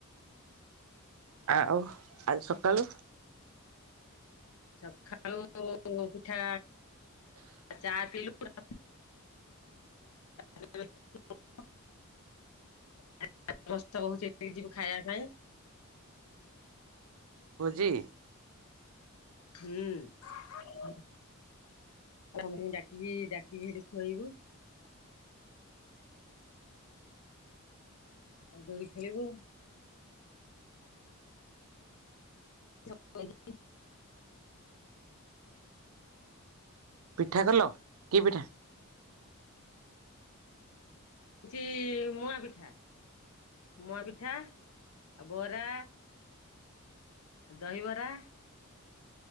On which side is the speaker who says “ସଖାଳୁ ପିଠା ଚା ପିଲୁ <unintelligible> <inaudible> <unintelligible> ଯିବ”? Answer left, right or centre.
Left